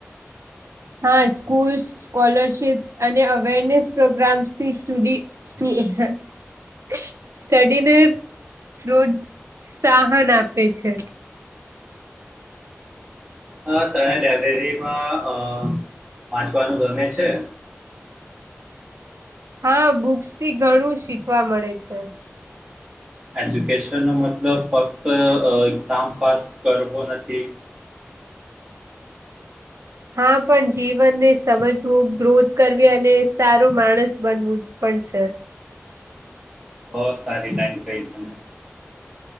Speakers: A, on the right (about 80°); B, on the right (about 25°).
A: હા સ્કૂલ્સ સ્કોલરશિપ્સ અને અવેરનેસ પ્રોગ્રામ્સથી સ્ટુડી સ્ટુ હે સ્ટડીને પ્રોત સાહન આપે છે.
B: હા તને લાઈબ્રેરીમાં અ વાંચવાનું ગમે છે?
A: હા બુક્સથી ઘણું શીખવા મળે છે.
B: એજ્યુકેશનનો મતલબ ફક્ત અ એક્ઝામ પાસ કરવો નથી.
A: હા, પણ જીવનને સમજવું, ગ્રોથ કરવી અને સારો માણસ બનવું પણ છે.
B: બો સારી લાઈન કઈ તમે.